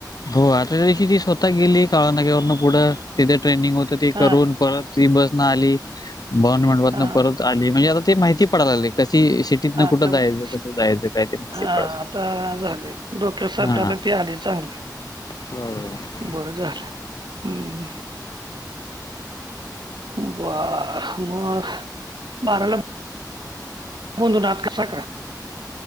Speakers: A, on the left; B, on the right.
A: हो आता त्या दिवशी ती स्वतः गेली काळनाग्यावरन पुढं, तिथे ट्रेनिंग होत ते
B: हा
A: करून परत. ती बसन आली <unintelligible>
B: हा
A: परत आली, म्हणजे आता ते माहिती पडायला लागले, कशी शी तिथन
B: आता
A: कुठं जायचं?
B: मग
A: कसं जायचं? काय ते माहीती
B: हा
A: पड
B: आता झाले डोक्यासारखं
A: हन.
B: आता ते आले चांगलं
A: हो.
B: बरं झालं, हम. बर मग, बाराला <unintelligible> नाद कसा करा,